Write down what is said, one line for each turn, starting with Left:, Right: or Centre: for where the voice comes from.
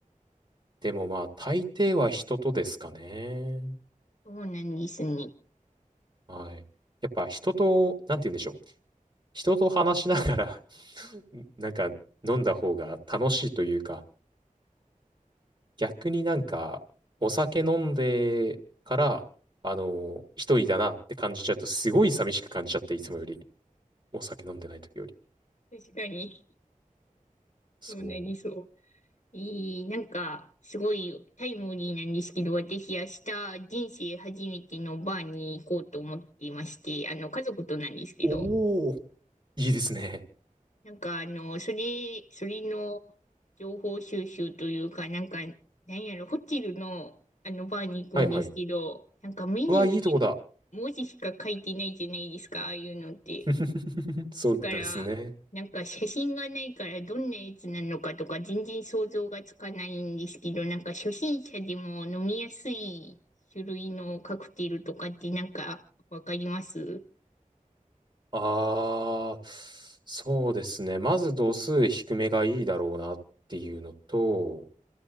Right: でもまあ、大抵は人とですかね。
Left: そうなんですね。
Right: はい。やっぱ人と、なんて言うんでしょう。人と話しながら <laughs> なんか飲んだ方が楽しいというか、逆になんかお酒飲んでから、あの、一人だなって感じちゃうと、すごい寂しく感じちゃって、いつもより。お酒飲んでない時より。
Left: 確かに、
Right: そ
Left: そうなりそうね。えー、なんか、すごいタイムリーなんですけど、私、明日、人生初めてのバーに行こうと思っていまして、あの、家族となんですけど、
Right: う。おお、いいですね。
Left: なんか、あの、それ、それの情報収集というか、なんか、なんやろ、ホテルの、あの、バーに行くんですけど、
Right: はいはい。
Left: なんかメニューに
Right: うわ、いいとこだ。
Left: 文字しか書いてないじゃないですか、ああいうのって。
Right: <laughs> そうですね。
Left: だから、なんか写真がないからどんなやつなのかとか全然想像がつかないんですけど、なんか初心者でも飲みやすい種類のカクテルとかってなんかわかります
Right: ああ、そうですね。まず度数低めがいいだろうなっていうのと、